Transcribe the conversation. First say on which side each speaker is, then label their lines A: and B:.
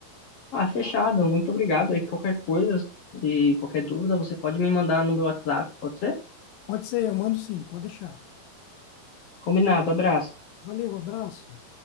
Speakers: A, on the left (about 55°); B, on the left (about 75°).
A: Ah, fechado, muito obrigado. Aí qualquer coisa e qualquer dúvida você pode me mandar no meu WhatsApp, pode ser?
B: Pode ser, eu mando sim, pode deixar.
A: Combinado, abraço.
B: Valeu, abraço.